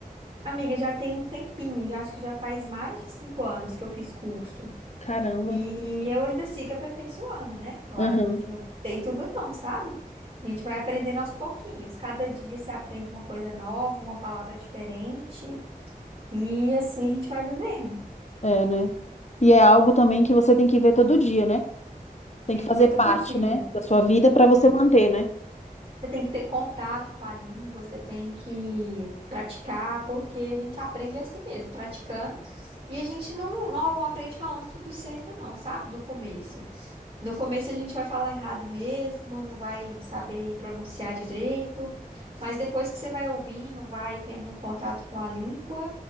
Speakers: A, on the right (about 45°); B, on the left (about 50°).
A: Amiga, já tem um tempinho, já acho que já faz mais de cinco anos que eu fiz curso.
B: Caramba.
A: E eu ainda sigo aperfeiçoando, né? Claro,
B: Aham.
A: um dia eu não sei tudo não, sabe? A gente vai aprendendo aos pouquinhos. Cada dia você aprende uma coisa nova, uma palavra diferente. E assim a gente vai vivendo.
B: É, né? E é algo também que você tem que ver todo dia, né? Tem
A: Tem
B: que fazer
A: que ver todo
B: parte,
A: dia.
B: né, da sua vida para você manter, né?
A: Você tem que ter contato com a língua, você tem que praticar, porque a gente aprende assim mesmo, praticando. E a gente não, não aprende falando tudo certo, não, sabe? No começo. No começo a gente vai falar errado mesmo, não vai saber pronunciar direito, mas depois que você vai ouvindo, vai tendo contato com a língua,